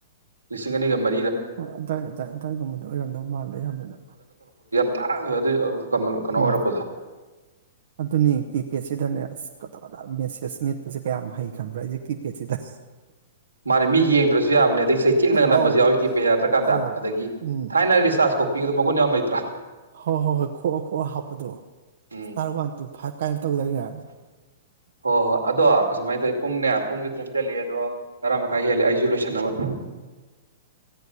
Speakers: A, on the right; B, on the right.
A: ꯂꯤꯁꯤꯡ ꯑꯅꯤꯒ ꯃ
B: ꯍꯣꯏ ꯑꯇꯥꯏ ꯑꯇꯥꯏ ꯑꯇꯥꯏꯒꯨꯝꯕꯗꯣ ꯑꯣꯏꯔꯝꯗꯧ ꯃꯥꯜꯂꯦ ꯑꯌꯥꯝꯕꯅ
A: ꯇꯥꯗ ꯑꯗꯨꯏ ꯎ ꯀꯃꯜ ꯀꯩꯅꯣ
B: ꯎꯝ
A: ꯑꯣꯏꯔꯛꯄꯖꯦ
B: ꯑꯗꯨꯅꯤ ꯀꯤꯄꯦꯗꯁꯤꯗꯅꯦ ꯑꯁ ꯀꯗꯥ ꯀꯗꯥ ꯃꯦꯁꯦꯁ ꯃꯦꯠꯄꯁꯦ ꯀꯌꯥꯝ ꯍꯩ ꯈꯟꯕ꯭ꯔꯥ ꯑꯩꯁꯦ ꯀꯤꯄꯦꯗꯁꯤꯗ
A: ꯃꯥꯅꯦ ꯃꯤ ꯌꯦꯡꯗ꯭ꯔꯁꯨ ꯌꯥꯕꯅꯤ ꯑꯗꯒꯤ ꯆꯩ ꯇꯦꯛꯅꯒ ꯅꯝꯕꯁꯨ
B: ꯑꯧ
A: ꯌꯥꯎꯏꯤ ꯀꯤꯄꯦ ꯌꯥꯗ꯭ꯔꯀꯥꯟꯗ
B: ꯑꯧ
A: ꯑꯗꯒꯤ
B: ꯎꯝ
A: ꯊꯥꯏꯅ ꯔꯤꯆꯥꯔꯖꯐꯧ ꯃꯅ ꯌꯥꯝ ꯂꯩ
B: ꯍꯣꯏ ꯍꯣꯏ ꯍꯣꯏ ꯈꯣꯑꯣꯣ ꯈꯣꯑꯣ ꯍꯥꯞꯄꯗꯣ
A: um
B: star one two five ꯀꯥꯏꯅ ꯇꯧꯗꯅꯦ
A: ꯍꯣꯏ ꯍꯣꯏ ꯑꯗꯣ ꯁꯨꯃꯥꯏꯅ ꯇꯧꯋꯤ ꯄꯨꯡꯅꯦ ꯄꯨꯡꯁꯨ ꯊꯦꯡꯖꯜꯂꯛꯑꯦ ꯑꯗꯣ ꯇꯔꯥ ꯃꯈꯥꯏ ꯍꯦꯜꯂꯦ ꯑꯩꯁꯨ ꯂꯣꯏꯁꯥꯟꯅꯕ